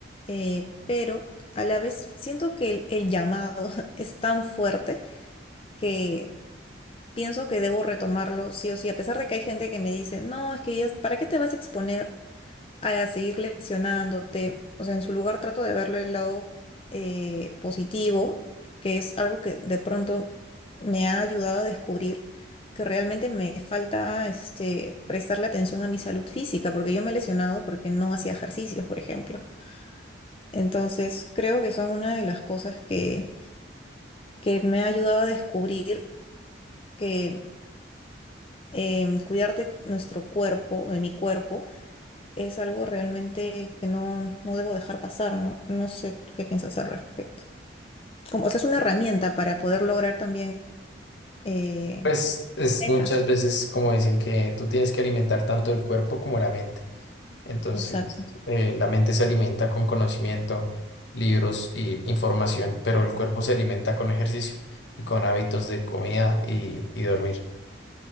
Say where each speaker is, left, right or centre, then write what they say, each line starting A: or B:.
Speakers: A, on the left; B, on the left.
A: eh, pero a la vez siento que el, el llamado <laughs> es tan fuerte que pienso que debo retomarlo sí o sí, a pesar de que hay gente que me dice, no, es que ya- ¿para qué te vas a exponer? a seguir lesionándote. O sea, en su lugar trato de verlo el lado eh, positivo, que es algo que de pronto me ha ayudado a descubrir que realmente me falta este, prestarle atención a mi salud física, porque yo me he lesionado porque no hacía ejercicios, por ejemplo. Entonces, creo que son una de las cosas que, que me ha ayudado a descubrir que em, cuidar de nuestro cuerpo, de mi cuerpo, es algo realmente que no, no debo dejar pasar, ¿no? No sé tú qué piensas al respecto. Como, o sea, es una herramienta para poder lograr también eh,
B: Pues es
A: metas.
B: muchas veces como dicen que tú tienes que alimentar tanto el cuerpo como la mente. Entonces,
A: Exacto,
B: eh, la mente se alimenta con conocimiento, libros y información, pero el cuerpo se alimenta con ejercicio y con hábitos de comida y, y dormir.